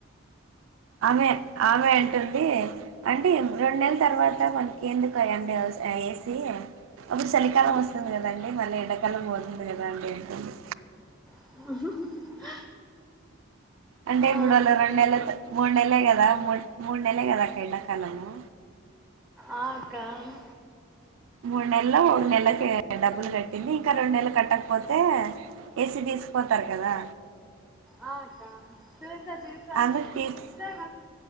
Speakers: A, on the right; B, in the centre.
A: ఆమె ఆమె అంటుంది అంటే రెండు నెలల తర్వాత మనకి ఎందుకుండి ఏసి అప్పుడు చలికాలం వస్తుంది కదాండి మళ్ళీ ఎండాకాలం పోతుంది కదా అండి ఏంటంది
B: <inaudible>
A: అంటే
B: ఆ
A: ఇప్పుడు వాళ్లు రెండేళ్ల మూడు నెలే కదా మూ మూడు నెలే కదా అక్క ఎండకాలము
B: ఆ కామ్
A: మూడు నెల్లు నెలకే డబ్బులు కట్టింది ఇంకా రెండు నెలలు కట్టకపోతే ఏసి తీసుపోతారు కదా
B: ఆ అక్క చూసా చూసా
A: అందుకు తీస్